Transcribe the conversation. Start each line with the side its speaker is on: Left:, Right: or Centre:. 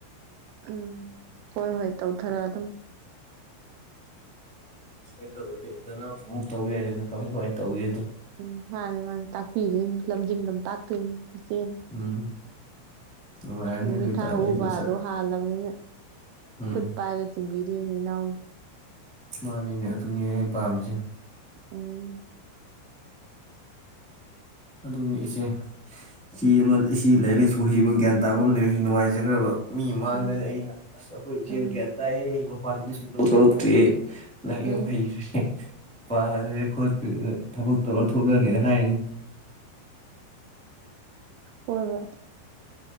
Right: ꯎꯝ ꯍꯣꯏ ꯍꯣꯏ ꯇꯧꯊꯔ ꯎꯝ꯫
Centre: ꯁꯦꯌꯔ ꯇꯧꯔꯗꯤ ꯅꯅꯥꯎꯁꯨ ꯑꯃꯨꯛ ꯇꯧ ꯍꯥꯏꯗꯅ ꯀꯃꯥꯏ ꯀꯃꯥꯏ ꯇꯧꯒꯦꯗꯣ꯫
Right: ꯎꯝ ꯃꯥꯅꯦ ꯃꯥꯅꯦ ꯇꯥꯛꯄꯤꯗꯣꯏꯅꯤ ꯂꯝꯖꯤꯡ ꯂꯝꯇꯥꯛꯇꯣꯏꯅꯤ꯫ ꯐꯆꯦꯝ
Centre: ꯎꯝ ꯅꯨꯡꯉꯥꯏꯔꯅꯤ
Right: ꯅꯨꯃꯤꯠ
Centre: ꯑꯗꯨ ꯑꯣꯏꯇꯥꯔꯗꯤ
Right: ꯊꯥ
Centre: ꯑꯩꯁꯨ
Right: ꯎꯕꯥꯗꯣ
Centre: ꯁꯠ
Right: ꯍꯥꯜꯂꯕꯅꯤꯅ
Centre: ꯎꯝ
Right: ꯈꯨꯠ ꯄꯥꯏꯔ ꯆꯤꯡꯕꯤ ꯨꯅꯤ ꯅꯅꯥꯎ
Centre: ꯃꯥꯅꯤꯅꯦ ꯑꯗꯨꯅꯤꯅꯦ ꯑꯩ ꯄꯥꯝꯃꯤꯁꯦ꯫
Right: ꯎꯝ꯫
Centre: ꯑꯗꯨꯅꯤ ꯏꯆꯦ, ꯏꯆꯦ ꯑꯃ ꯏꯆꯦ ꯂꯥꯏꯔꯤꯛ ꯂꯥꯏꯁꯨ ꯍꯩꯕ ꯒ꯭ꯌꯥꯟ ꯇꯥꯕ ꯑꯝ ꯂꯩꯔꯤꯁꯦ ꯅꯨꯡꯉꯥꯏꯖꯒ꯭ꯔꯕ꯫ ꯃꯤ ꯃꯥꯡꯗꯅꯤ
Right: ꯎꯝ
Centre: ꯑꯩꯅ ꯑꯁ ꯑꯈꯣꯏ ꯏꯆꯦꯗꯣ
Right: ꯎꯝ
Centre: ꯒ꯭ꯌꯥꯟ ꯇꯥꯏꯌꯦ <inaudible> ꯋꯥ ꯑꯗꯨꯅ ꯁꯤꯛ ꯍꯇ ꯂꯥꯏꯔꯤꯛ
Right: ꯎꯝ
Centre: ꯌꯥꯝ ꯍꯩꯈ꯭ꯔꯦ ꯄꯥꯈ꯭ꯔꯦ ꯈꯣꯠꯈ꯭ꯔꯦ ꯊꯕꯛ ꯇꯧꯔ ꯊꯣꯛꯂꯅꯤꯅ ꯍꯥꯏꯅꯤ
Right: ꯍꯣꯏ ꯍꯣꯏ